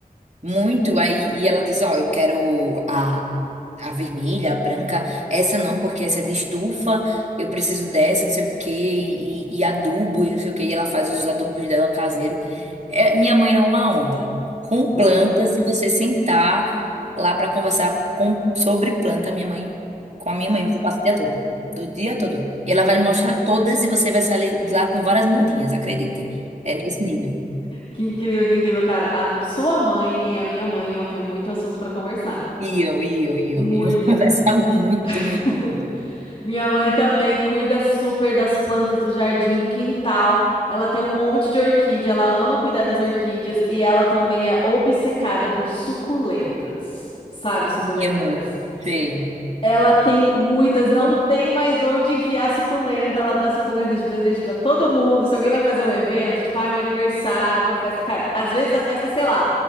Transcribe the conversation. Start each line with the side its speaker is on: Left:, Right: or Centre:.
Right: Muito, aí, e ela diz, ó, eu quero a, a vermelha, a branca, essa não, porque essa é de estufa, eu preciso dessa, não sei o quê, e, e adubo, e não sei o quê, e ela faz os adubos dela caseiro.
Left: Hum.
Right: É, minha mãe é uma onda. Com
Left: Aham.
Right: planta, se você sentar lá para conversar com, sobre planta, minha mãe, com a minha mãe, você passa o dia todo, do dia todo. E ela vai
Left: aham.
Right: lhe mostrar todas e você vai sair lá com várias mudinhas, acredite. É nesse nível.
Left: Que incrível, que incrível, cara. A sua mãe e a minha mãe iam ter muito assunto pra conversar.
Right: E eu, e eu, e
Left: Muito.
Right: eu, e eu <laughs> conversava muito,
Left: <laughs>
Right: muito, muito.
Left: Minha mãe também cuida super das plantas do jardim, do quintal. Ela tem um monte de orquídea, ela ama cuidar das orquídeas e ela também é obcecada por suculentas. Sabe, suculentas?
Right: Minha mãe, sei,
Left: Ela tem muitas, não tem mais onde enfiar suculenta. Ela dá suculenta de presente pra todo mundo. Se alguém vai fazer um evento, tipo, ah, é um aniversário, uma festa, cara, às vezes a festa é, sei lá,